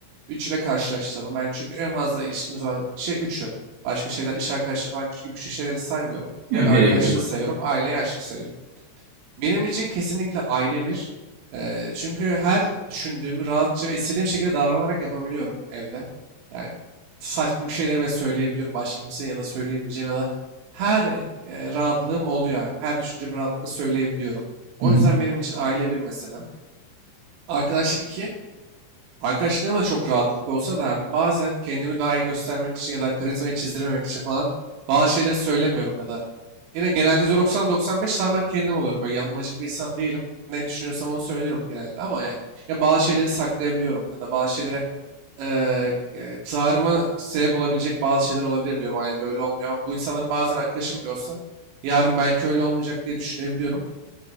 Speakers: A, on the right (about 80°); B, on the right (about 60°).
A: Üçüyle karşılaştıralım. Ben çünkü en fazla ilişkimiz olan şey üçü. Başka şeyler, iş arkadaşları falan küçük küçük şeyleri saymıyorum.
B: Yok
A: Direkt arkadaşlığı
B: gerek yok.
A: sayıyorum. Aileyi, aşkı sayıyorum. Benim için kesinlikle aile bir. Eee, çünkü her düşündüğümü rahatça ve istediğim şekilde davranarak yapabiliyorum evde. Yani saçma bir şeyleri bile söyleyebiliyorum. Başka kimsenin yanına söyleyemeyeceğim ya da her e, rahatlığım oluyor abi. Her düşüncemi rahatlıkla söyleyebiliyorum. O
B: Hı hı.
A: yüzden benim için aile bir mesela. Arkadaşlık iki. Arkadaşlarıma çok rahatlık olsa da abi bazen kendimi daha iyi göstermek için ya da karizmayı çizdirmemek için falan bazı şeyleri söylemiyorum ya da yine genelde %90-95 tamamen kendim olurum. Böyle yapmacık bir insan değilim. Ne düşünüyorsam onu söylüyorum genelde ama yani ya bazı şeyleri saklayabiliyorum ya da bazı şeylere eee e, zararıma sebep olabilecek bazı şeyler olabilir diyorum. Ailede öyle olmuyor ama bu insanların bazen arkadaşım bile olsa yarın belki öyle olmayacak diye düşünebiliyorum.